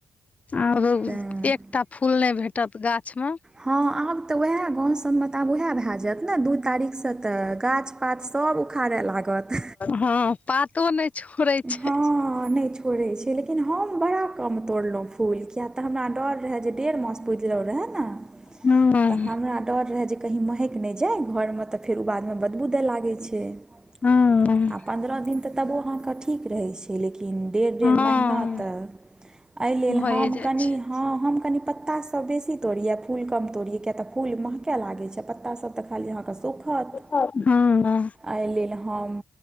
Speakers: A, on the left (about 40°); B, on the right (about 20°).
A: आर
B: तेँ
A: एकटा फूल नहि भेटत गाछ मे
B: हँ आब तऽ वएह गाँव सबमे तऽ आब वएह भए जायत ने दू तारीखसँ तऽ गाछ पात सब उखाड़ऽ लागत
A: हँ पातो नहि छोड़ै छै
B: हँ नई छोड़ै छै लेकिन हम बड़ा कम तोड़लहुँ फूल किया तऽ हमरा डर रहै जे डेढ़ मास पुजलहुँ रहय ने
A: हँ
B: तऽ हमरा डर रहे जे कही महकि नहि जाइ घरमे तऽ फेर ओ बादमे बदबू दय लागै छै आ
A: हँ
B: पन्द्रह दिन तऽ तबो अहाँके ठीक रहै छै लेकिन डेढ़
A: हँ
B: महिना तक एहि लेल
A: भए
B: हम
A: जाइ
B: कनी
A: छै
B: हॅं हम कनी पत्ता सब बेसी तोड़ियै फूल कम तोड़ियै कियै तऽ फूल महकै लागै छै पत्तासभ तऽ खाली अहाँके सूखत
A: हँ हँ
B: एहि लेल हम